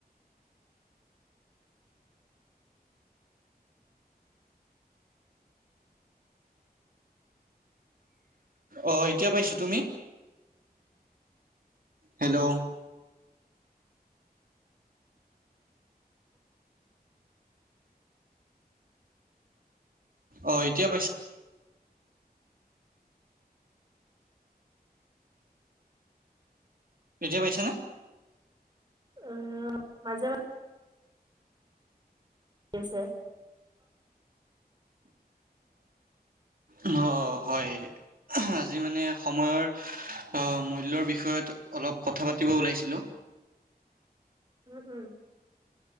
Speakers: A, on the right; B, on the right.
A: অ' এতিয়া পাইছোঁ। তুমি? হেল্ল'! অ' এতিয়া পাইছো। এতিয়া পাইছানে?
B: অ' মাজে মাজ আহি আছে।
A: অ' হয়। আজি মানে সময়ৰ মূল্যৰ বিষয়ত অলপ কথা পাতিব ওলাইছিলোঁ।
B: উম উম।